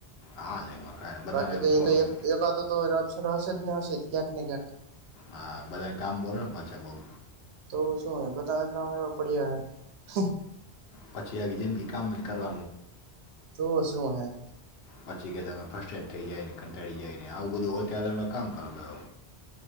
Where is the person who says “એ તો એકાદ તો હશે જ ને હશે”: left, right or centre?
Right